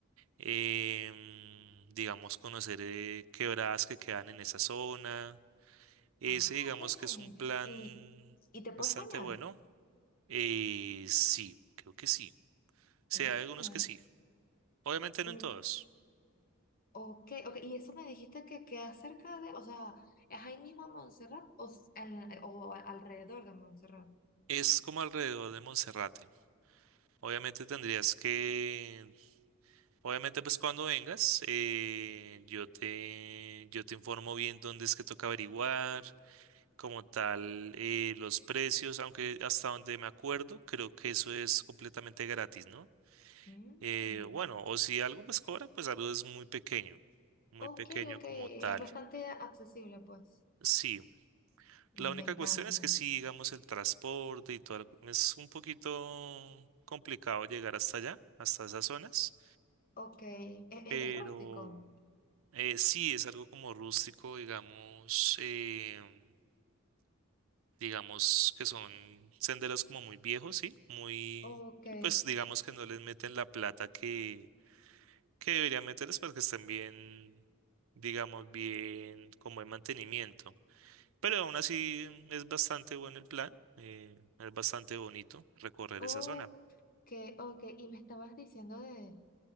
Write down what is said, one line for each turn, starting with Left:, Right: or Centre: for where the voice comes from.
Right: Em, digamos, conocer eh, quebradas que quedan en esa zona. Ese,
Left: Ah,
Right: digamos
Left: ok.
Right: que es un plan
Left: ¿Y, y te puedes
Right: bastante
Left: bañar?
Right: bueno. Eh, sí, creo que sí. Sí,
Left: Oh,
Right: hay algunos que sí. Obviamente
Left: o-
Right: no en todos.
Left: ok, ok. Y eso me dijiste que queda cerca de, o sea, ¿es ahí mismo en Montserrat o, s- en- o a- alrededor de Montserrat?
Right: Es como alrededor de Monserrate. Obviamente tendrías que Obviamente, pues cuando vengas, eh, yo te, yo te informo bien dónde es que toca averiguar, como tal, eh, los precios, aunque hasta donde me acuerdo, creo que eso es completamente gratis, ¿no?
Left: Mm.
Right: Eh, bueno, o si algo pues cobra, pues algo es muy pequeño, muy
Left: Ok,
Right: pequeño
Left: ok,
Right: como
Left: es
Right: tal.
Left: bastante accesible, pues.
Right: Sí, la única
Left: Me encanta.
Right: cuestión es que si, digamos, el transporte y todo, es un poquito complicado llegar hasta allá, hasta esas zonas.
Left: Ok, e- e-
Right: Pero
Left: es, rústico.
Right: eh, sí, es algo como rústico, digamos, em, digamos que son senderos como muy viejos, sí, muy,
Left: Ok,
Right: y pues digamos que no les meten la plata que, que deberían meterles para que estén bien, digamos, bien, con buen mantenimiento. Pero aún así es bastante bueno el plan, eh, es bastante bonito recorrer
Left: ok,
Right: esa zona.
Left: ok. Y me estabas diciendo de,